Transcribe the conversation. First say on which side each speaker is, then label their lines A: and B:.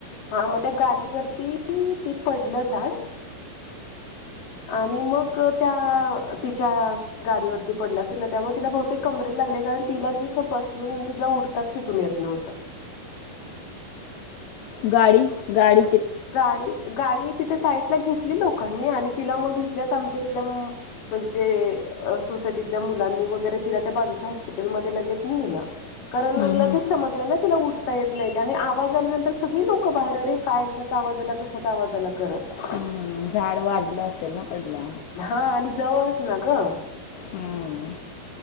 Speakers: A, on the left; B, on the left.
A: हा मग त्या गाडीवरती ते पडलं झाड आणि मग त्या तिच्या गाडीवरती पडला असेल ना त्यामुळे तिला बहुतेक कमरेला लागले कारण तिला जिस बसले तिला उडताच तिथून येत नव्हतं.
B: गाडी गाडी
A: गाडी गाडी तिथे साईडला घेतली लोकांनी आणि तिला मग इथल्याच आमच्या इथल्या म म्हणजे सोसायटीतल्या मुलांनी वगैरे तिला त्या बाजूच्या हॉस्पिटलमध्ये लगेच न्हेलं. कारण
B: हम्म,
A: लगेच
B: हम्म.
A: समजलं ना तिला उठता येत नाहीत आणि आवाज आल्यानंतर सगळी लोकं बाहेर अरे काय अशा चा आवाज कशाचा आवाज आला करत.
B: हम्म, झाड वाजलं असेल ना पडल्या.
A: हा आणि जवळच ना गं.
B: हम्म.